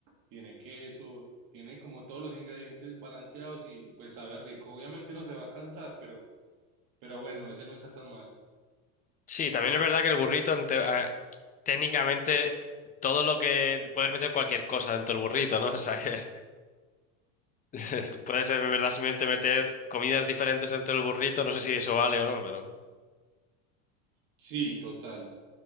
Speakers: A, on the right; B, on the left.
A: tiene queso, tiene como todos los ingredientes balanceados y pues sabe rico. Obviamente uno se va a cansar, pero, pero bueno, ese no está tan mal.
B: Sí, también es verdad que el burrito, ante- a- técnicamente, todo lo que puedes meter cualquier cosa dentro del burrito, ¿no? <laughs> O sea que... <laughs> Es- Puedes en verdad simplemente meter comidas diferentes dentro del burrito, no sé si eso vale o no, pero...
A: Sí, total.